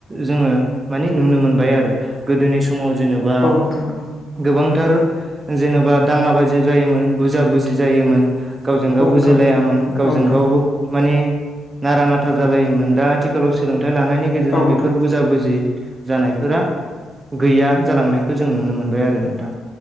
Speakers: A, on the right; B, on the left.
A: जोङो मानि नुनो मोनबाय आरो गोदोनि समाव जेनेबा
B: औ
A: बां
B: नोंथां नंगौ
A: गोबांथार जेनेबा दाङला बाजि जायोमोन बुजा बुजि जायोमोन गावजों गाव
B: औ नोंथां
A: बुजिलायामोन
B: औ
A: गावजों
B: नोंथां
A: गाव माने नारा नाथा जालायोमोन दा आथिखा आथिखालाव सोलोंथाइ लानायनि गेजेरजों
B: औ नोंथां
A: बेफोर
B: औ
A: बुजा बुजि जानायफोरा गैया जालांनायखौ जों नुनो मोनबाय आरो नोंथां